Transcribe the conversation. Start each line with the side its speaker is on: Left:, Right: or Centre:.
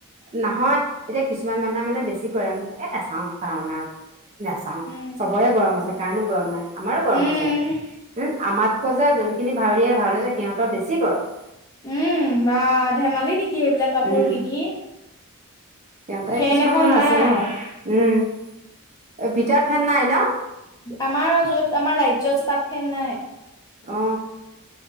Right: নহয় ।এতিয়া কিছুমান মানুহে মানে বেছি কৰে। এ নেচাওঁ ভাওনা নাচাওঁ,
Left: উম
Right: চবৰে গৰম আছে, কাৰনো গৰম নাই। আমাৰো
Left: উম
Right: গৰম আছে ।হোঁ আমাত্‌ কৈ যে যোনখিনি ভাওৰীয়াই ভাওদিছে সিহঁতৰ বেছি গৰম ।
Left: উম, বাঃ ধেমালি নেকি, এইবিলাক কাপোৰ
Right: উম
Left: পিন্ধি
Right: সিহঁতে
Left: ফেন
Right: কিছুমান
Left: এখন
Right: মানুহ
Left: নাই
Right: আছে ন'। উম, এ ভিতৰত ফেন নাই ন'?
Left: আমাৰ য'ত, আমাৰ ৰাজ্যত তাত ফেন নাই ।
Right: অ